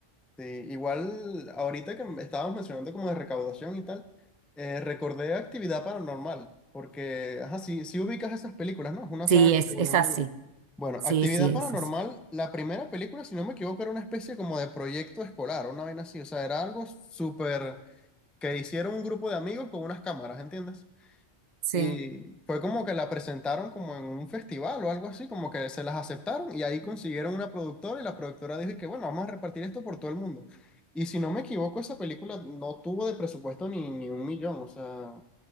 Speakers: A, in the centre; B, on the right (about 40°).
A: Sí, igual ahorita que estábamos mencionando como de recaudación y tal, eh, recordé Actividad Paranormal, porque, ajá, sí, sí ubicas esas películas, ¿no? Es una
B: Sí,
A: saga que
B: es,
A: se volvió
B: es
A: muy
B: así.
A: viral. Bueno,
B: Sí,
A: Actividad
B: sí, es
A: Paranormal,
B: así.
A: la primera película, si no me equivoco, era una especie como de proyecto escolar, una vaina así, o sea, era algo súper que hicieron un grupo de amigos con unas cámaras, ¿entiendes?
B: Sí.
A: Y fue como que la presentaron como en un festival o algo así, como que se las aceptaron y ahí consiguieron una productora y la productora dijo y que bueno, vamos a repartir esto por todo el mundo. Y si no me equivoco, esa película no tuvo de presupuesto ni, ni un millón, o sea,